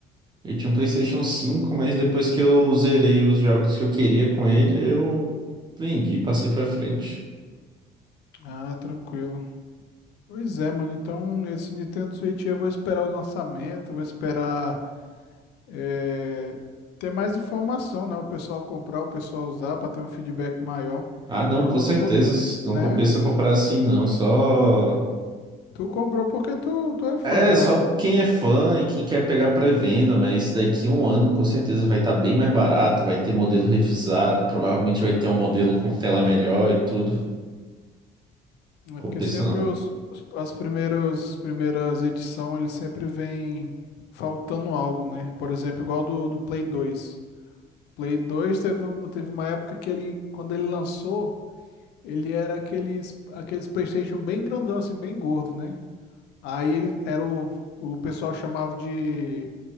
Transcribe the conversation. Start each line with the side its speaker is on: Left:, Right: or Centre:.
Right: Eu tinha um PlayStation cinco, mas depois que eu zerei os jogos que eu queria com ele, eu vendi, passei pra frente.
Left: Ah, tranquilo. Pois é, mano. Então, esse Nintendo Switch eu vou esperar o lançamento, vou esperar eh, ter mais informação, né? O pessoal comprar, o pessoal usar, para ter um feedback maior.
Right: Ah, não,
Left: Para
Right: com
Left: não,
Right: certeza.
Left: po-
Right: Não
Left: né?
Right: compensa comprar assim, não. Só.
Left: Tu comprou porque tu, tu é fã
Right: É,
Left: da.
Right: só quem é fã e quem quer pegar pré-venda, mas daqui a um ano com certeza vai estar bem mais barato, vai ter modelo revisado, provavelmente vai ter um modelo com tela melhor e tudo.
Left: é
Right: Compensa
Left: Porque sempre
Right: não.
Left: os, os- as primeiras, primeiras edições, eles sempre vêm faltando algo, né? Por exemplo, igual do, do Play 2. Play 2 teve, um- teve uma época que ele, quando ele lançou. Ele era aqueles, aqueles PlayStation bem grandão, assim, bem gordo, né? Aí ele era o, o pessoal chamava de,